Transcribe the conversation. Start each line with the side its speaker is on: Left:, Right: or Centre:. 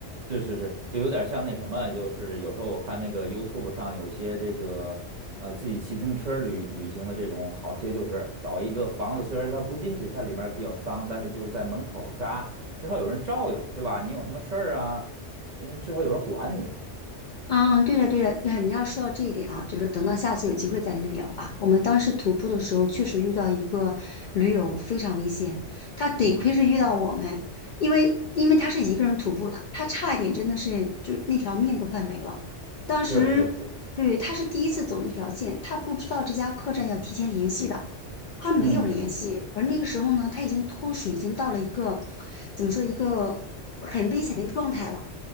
Right: 是是是，就有点像那什么，就是有时候我看那个 YouTube 上有些这个呃自己骑自行车旅旅行的这种，好些就是找一个房子，虽然它不进去，它里面比较脏，但是就是在门口扎，至少有人照应，对吧？你有什么事儿啊，嗯，至少有人管你。
Left: 嗯，对的，对的，那你要说到这一点啊，就是等到下次有机会再跟你聊吧。我们当时徒步的时候，确实遇到一个驴友非常危险，他得亏是遇到我们，
Right: 嗯嗯，
Left: 因为因为他是一个人徒步的，他差一点真的是就是那条命都快没了。当时对他是第一次走那条线，
Right: 是是是，
Left: 他不知道这家客栈要提前联系的，他没有联系，
Right: 嗯嗯
Left: 而那个时候呢，他已经脱水，已经到了一个怎么说一个很危险的一个状态了。